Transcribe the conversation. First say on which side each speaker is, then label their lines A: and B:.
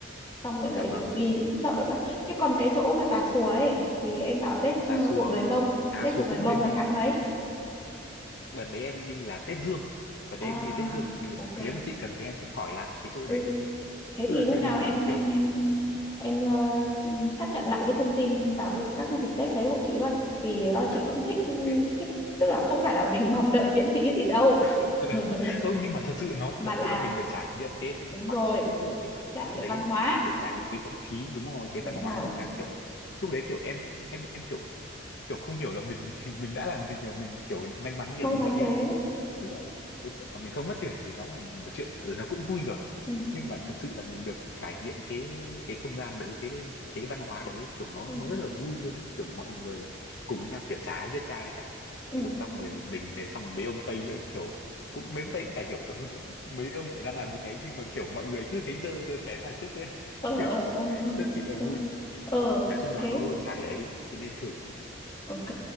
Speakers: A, on the left (about 25°); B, on the left (about 55°).
A: xong rồi
B: Dạ
A: lại
B: vâng,
A: đường đi cũng sợ nữa thế còn cái chỗ mà Tà Xùa ấy thì em bảo Tết ờ,
B: Tà Xùa,
A: của người Mông
B: Tà
A: Tết
B: Xùa
A: của người
B: cũng
A: Mông
B: lên
A: là
B: đi.
A: tháng mấy
B: Đợt đấy em đi là Tết Dương. Đợt đấy
A: à
B: em đi Tết Dương. Nếu
A: ok
B: mà, nếu mà chị cần thì em sẽ hỏi lại cái chỗ
A: ừ
B: đấy cho chị.
A: thế
B: Tức
A: thì
B: là
A: lúc
B: xem
A: nào
B: là
A: em em
B: kiểu,
A: em em ờ, ừ, xác nhận lại cái thông tin vào cái các cái dịp Tết đấy hộ chị với vì ờ,
B: dạ
A: chị
B: vâng,
A: cũng thích
B: ok.
A: thích tức là không phải là mình <laughs> mong đợi miễn phí gì đâu
B: <laughs>
A: <laughs>
B: Không, nhưng mà thật sự nó
A: mà
B: kiểu,
A: là
B: tức là mình được trải nghiệm cái, cái
A: đúng
B: khoảng,
A: rồi
B: tức là cái thời
A: trải
B: gian
A: nghiệm
B: đấy
A: văn
B: ấy,
A: hóa
B: kiểu trải nghiệm cái không khí, đúng rồi, cái
A: đúng
B: văn hóa
A: rồi
B: người ta kiểu, lúc đấy kiểu em, em, em kiểu, kiểu không hiểu là mình, <laughs> mình đã làm gì mà mình kiểu may mắn kiểu
A: may
B: như
A: mắn
B: vậy
A: thế
B: ấy. Tức là cái chuyện mà mình không mất tiền thì nó là một chuyện, ừ, nó cũng vui rồi.
A: ừ
B: nhưng mà thật sự là mình được trải nghiệm cái cái không gian đấy cái cái văn hóa đấy kiểu nó
A: ừ
B: nó rất là vui luôn đấy kiểu mọi người cùng với nhau kiểu chả ai biết ca ai cả
A: ừ
B: kiểu xong rồi mình này xong rồi mấy ông Tây nữa kiểu cũng mấy ông Tây cũng chả hiểu "Ơ, <laughs> mấy ông này đang làm gì đấy nhưng mà kiểu mọi người cứ thấy dơ dơ chén là chúc ấy <laughs>
A: ờ
B: kiểu
A: ờ ờ
B: rất chi là
A: ờ
B: vui
A: ờ
B: nói chung là
A: thế
B: lâu lâu trải đấy chị nên thử
A: ok